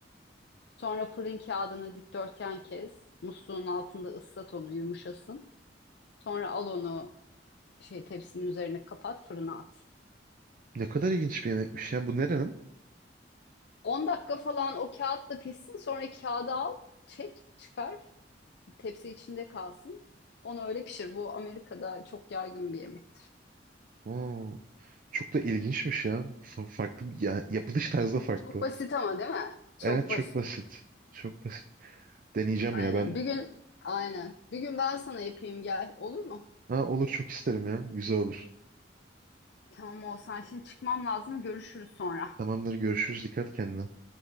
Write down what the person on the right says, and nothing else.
Ne kadar ilginç bir yemekmiş ya. Bu nerenin?
Oo, çok da ilginçmiş ya. Fa- Farklı bir- ya, yapılış tarzı da farklı.
Evet çok
basit. Çok basit. Deneyeceğim
ya ben.
Ha, olur çok isterim ya. Güzel olur.
Tamamdır görüşürüz. Dikkat kendine.